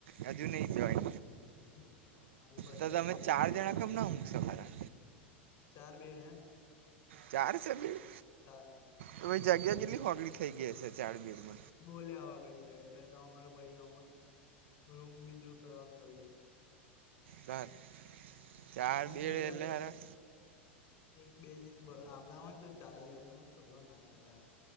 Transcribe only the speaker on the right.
એ હજુ નઈ થાય.
તો તમે
ચાર
જણા કેમ ના ઊઘશો હારા.
ચાર સે બેડ.
તો એ જગ્યા કેટલી હોકડી થઈ ગઈ હસે ચાર બેડમાં.
ચાર ચાર
બેડ
એટલે હારા